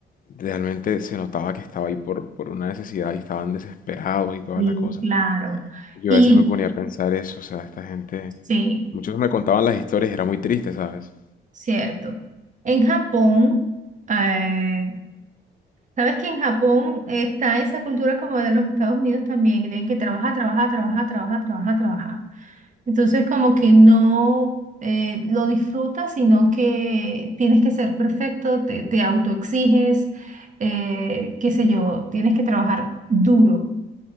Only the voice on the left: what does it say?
realmente se notaba que estaba ahí por, por una necesidad y estaban desesperados y toda
la cosa.
Yo
a veces me ponía a pensar eso, o sea, esta gente,
muchos me contaban las historias y era muy triste, ¿sabes?